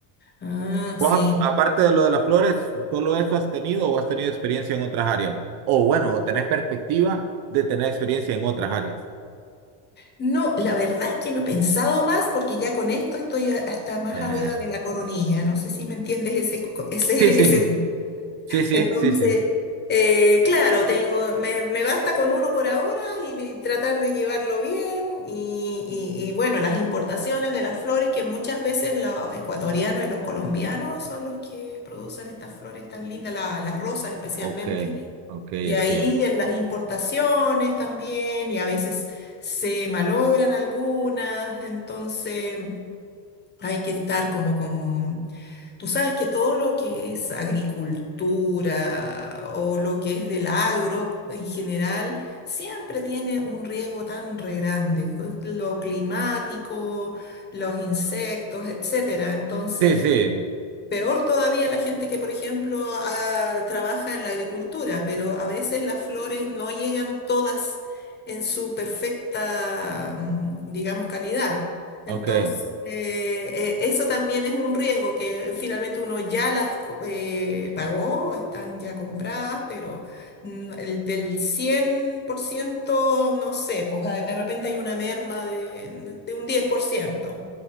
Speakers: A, on the left (about 20°); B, on the right (about 50°).
A: Ah,
B: Vos,
A: sí.
B: ap- aparte de lo de las flores, ¿solo eso has tenido o has tenido experiencia en otras áreas? O bueno, o tenés perspectiva de tener experiencia en otras áreas.
A: No, la verdad es que no he pensado más porque ya con esto estoy a- hasta más
B: <laughs>
A: arriba de la coronilla. No sé si me entiendes ese, co- ese,
B: Sí, sí.
A: <laughs> ese.
B: Sí, sí,
A: Entonces,
B: sí, sí.
A: eh, claro, tengo, me, me basta con uno por ahora y, de- y tratar de llevarlo bien. Y, y- y bueno, las importaciones de las flores, que muchas veces los ecuatorianos y los colombianos son los que producen estas flores tan lindas, la- las rosas especialmente.
B: Ok, ok,
A: Y
B: entiendo.
A: ahí en las importaciones también, y a veces se malogran algunas, entonces hay que estar como con Tú sabes que todo lo que es agricultura o lo que es del agro en general siempre tiene un riesgo tan re grande, con lo climático, los insectos, etcétera. Entonces,
B: Sí, sí,
A: Peor todavía la gente que, por ejemplo, ah, trabaja en la agricultura, pero a veces las flores no llegan todas en su perfecta, mm, digamos, calidad. Entonces,
B: ok.
A: eh, eh, eso también es un riesgo que finalmente uno ya las co- eh, pagó, están ya compradas, pero mm, el del 100% no sé, pues ah, de repente hay una merma de, de un 10%.